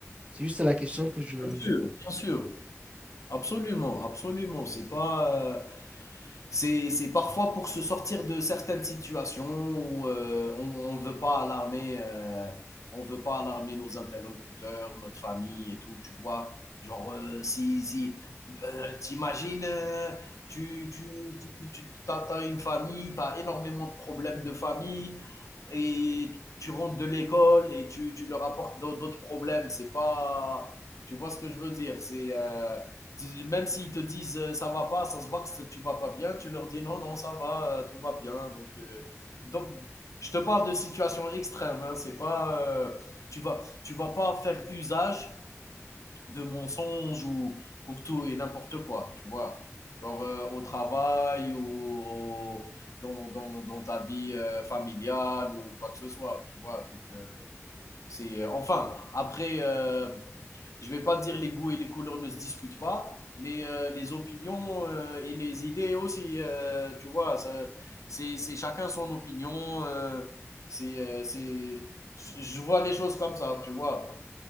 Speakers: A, on the right (about 25°); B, on the left (about 80°).
A: C'est juste la question que je,
B: bien sûr, bien sûr. Absolument, absolument. C'est pas euh, C'est, c'est parfois pour se sortir de certaines situations où euh, on ne veut pas alarmer, euh, on veut pas alarmer nos interlocuteurs, notre famille et tout, tu vois. Genre, euh, si, si, euh, t'imagines, euh, tu, tu, tu, tu- t'as, t'as une famille, t'as énormément de problèmes de famille et tu rentres de l'école et tu, tu leur apportes d'au- d'autres problèmes. C'est pas, tu vois ce que je veux dire. C'est, euh, même s'ils te disent euh, ça va pas, ça se voit que tu vas pas bien, tu leur dis non, non, ça va, euh, tout va bien. Donc, euh, donc je te parle de situation extrême. hein, c'est pas, euh, tu vas, tu vas pas faire usage de mensonges ou pour tout et n'importe quoi, tu vois. Genre euh, au travail ou au- dans, dans, dans ta vie euh, familiale ou quoi que ce soit, tu vois. Donc, euh, c'est euh, enfin après, euh, je vais pas dire les goûts et les couleurs ne se discutent pas, mais euh, les opinions euh, et les idées aussi, euh, tu vois, ça- c'est c'est chacun son opinion. euh, c'est euh, c'est, je je vois les choses comme ça, tu vois.